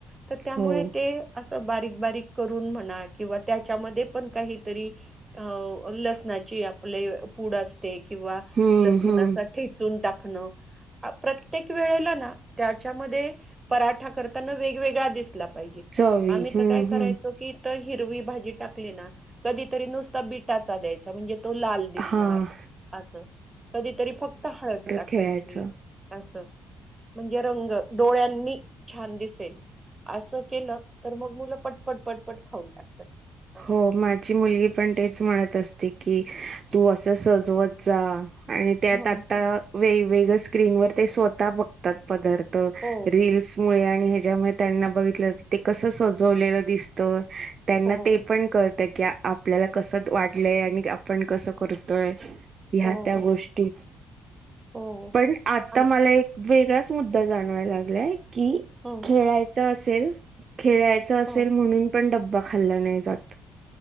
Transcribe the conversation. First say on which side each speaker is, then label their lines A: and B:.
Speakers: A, on the right; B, on the right.
A: तर त्यामुळे
B: हो
A: ते असं बारीक बारीक करून म्हणा किंवा त्याच्यामध्ये पण काहीतरी अ लसणाची आपले पूड असते, किंवा
B: हम्म
A: लसूण
B: हम्म
A: असा ठे चून टाकणं प्रत्येक वेळेला ना, त्याच्यामध्ये पराठा करताना वेगवेगळा दिस ला पाहिजे,
B: चवी
A: आम्ही
B: हम्म
A: तर काय करायचो
B: हम्म
A: की तं हिरवी भाजी टाकली ना, कधीतरी नुसता बीटाचा द्यायचा म्हणजे तो लाल
B: हां
A: आसं कधीतरी फक्त हळद टाकायची
B: खेळायचं
A: आसं म्हणजे रंग डोळ्यांनी छान दिसेल. असं केलं तर मग मुलं पटपट पटपट खाऊन टाकतात. असं.
B: हो माझी मुलगी पण तेच म्हणत असते की, तू असं सजवत जा आणि त्यात
A: हं,
B: आता
A: हं.
B: वेगववेगळं स्क्रीनवर ते स्वतः बघतात पदार्थ,
A: हो,
B: रिल्समुळे आणि ह्याच्यामुळे त्यांना बघितल्यावर ते कसं सजवलेलं दिसतं? त्यांना
A: हो,
B: ते पण कळतं की आपल्याला कसं वाटलंय आणि आपण कसं करतोय ह्या
A: हो,
B: त्या गोष्टी
A: हो.
B: पण आता
A: आणि
B: मला एक वेगळाच मुद्दा जाणवायला लागलाय की
A: हुम
B: खेळायचं असेल, खेळायचं असेल
A: हं.
B: म्हणून पण डब्बा खाल्ला नाही जात.